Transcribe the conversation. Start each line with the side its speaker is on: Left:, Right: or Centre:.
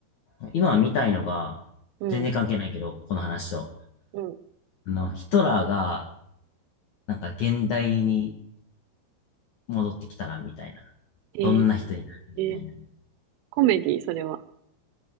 Left: ん今見たいのが、
Right: うん、
Left: 全然関係ないけど、この話と。
Right: うん。
Left: あの、ヒトラーが、なんか現代に戻ってきたら、みたいな。
Right: え
Left: どんな人になるみたいな。
Right: ー、コメディ、それは。